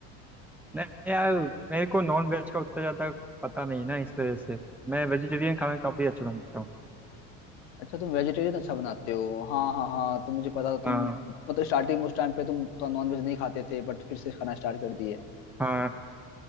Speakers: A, in the centre; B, on the left (about 80°).
A: नहीं यार मेरे को नॉन वेज का उतना ज्यादा पता नहीं ना इस वजह से मैं वेजिटेरियन खाना काफी अच्छा बनाता हूँ
B: अच्छा तुम वेजिटेरियन अच्छा बनाते हो हाँ हाँ हाँ तो मुझे पता था
A: हाँ
B: तुम मतलब स्टार्टिंग में उस टाइम पे तुम तो नॉनवेज नहीं खाते थे बट फिर से खाना स्टार्ट कर दिए
A: हाँ